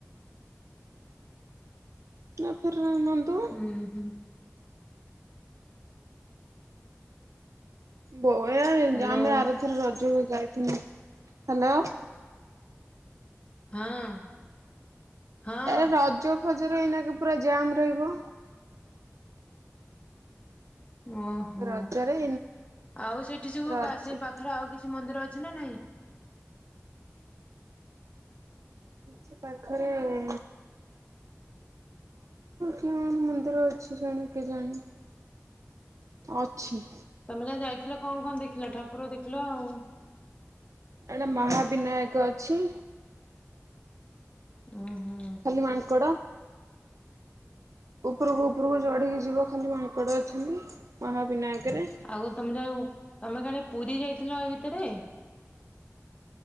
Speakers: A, on the right; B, on the left.
A: ଆପୁରୀରୁ ଅନାନ୍ତୁ
B: ହୁଁ ହୁଁ।
A: ବଢିଆ ହେଇଚି
B: ହ୍ୟାଲୋ
A: ଆମେ ଆରଥର ରଜକୁ ଯାଇଥିଲୁ ହ୍ୟାଲୋ।
B: ହଁ। ହଁ
A: ଆରେ ରଜ ଫଜରେ ଏଇନା କେ ପୁରା ଜାମ୍ ରହିବ।
B: ଓହୋ
A: ରଜରେ
B: ଆଉ ସେଇଠି ସବୁ
A: ରଜ
B: ପା ସେଇ ପାଖରେ ଆଉ କିଛି ମନ୍ଦିର ଅଛି ନା ନାହିଁ?
A: ସେ ପାଖରେ ହଁ। କଣ ମନ୍ଦିର ଅଛି ଜାଣି କେଜାଣି ଅଛି।
B: ତମେ ଯା ଯାଇଥିଲ କଣ କଣ ଦେଖିଲ? ଠାକୁର ଦେଖିଲ ଆଉ
A: ଏଟା ମହାବିନାୟକ ଅଛି।
B: ଅ ହଁ।
A: ଖାଲି ମାଙ୍କଡ଼। ଉପରକୁ ଉପରକୁ ଚଢ଼ିକି ଯିବ ଖାଲି ମାଙ୍କଡ଼ ଅଛନ୍ତି ମହାବିନାୟକରେ।
B: ଆଗୋ ତମେ ଯେଉ ତୁମେ କାରେ ପୁରୀ ଯାଇଥିଲ ଏଇ ଭିତରେ?